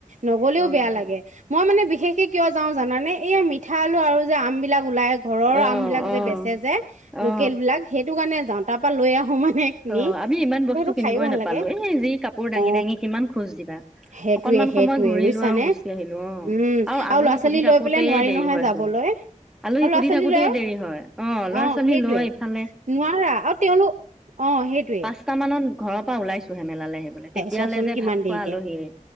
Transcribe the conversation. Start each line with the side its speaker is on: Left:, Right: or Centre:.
Right: নগলেওঁ
Centre: অ
Right: বেয়া
Centre: অ
Right: লাগে। মই মানে বিশেষকে কিয় যাওঁ জানানে? এইয়া মিঠা আলু আৰু যে আম বিলাক ওলাই ঘৰৰ
Centre: অ অ
Right: আম বিলাক যে বেচে যে
Centre: অ
Right: লোকেল বিলাক সেইটো কাৰণে যাওঁ তাৰ পৰা লৈ আহো মানে। কিনি
Centre: অ' আমি ইমান বস্তু
Right: সেইটো
Centre: কিনিবই
Right: খাইও ভাল
Centre: নাপালো,
Right: লাগে
Centre: এ যি কাপোৰ দাঙি
Right: অ
Centre: দাঙি কিমান খোজ দিবা।
Right: সেইটোয়ে,
Centre: অকনমান
Right: সেইটোয়ে।
Centre: সময় ঘূৰিলো
Right: বুজিছ
Centre: আৰু
Right: নে
Centre: গুচি আহিলো অ
Right: উম
Centre: আলহী
Right: আৰু ল'ৰা
Centre: সুধি
Right: ছোৱালী
Centre: থাকোতে
Right: লৈ পেলাই নোৱাৰি
Centre: দেৰি
Right: নহয়
Centre: হয়চোন।
Right: যাবলৈ।
Centre: আলহী
Right: আৰু
Centre: সুধি
Right: ল'ৰা ছোৱালী
Centre: থাকোতে
Right: লৈ,
Centre: দেৰি হয় ল'ৰা
Right: অ'
Centre: ছোৱালী
Right: সেইটোৱে
Centre: লৈ ইফালে
Right: নোৱাৰা আৰু তেওঁলোক অ' সেইটোৱে।
Centre: চটা মানত ঘৰৰ পৰা ওলাইছোহে মেলালে আহিবলৈ, তেতিয়ালৈ
Right: চোৱাচোন
Centre: যে
Right: কিমান
Centre: ভাত খোৱা
Right: দেৰিকে
Centre: আলহীয়ে।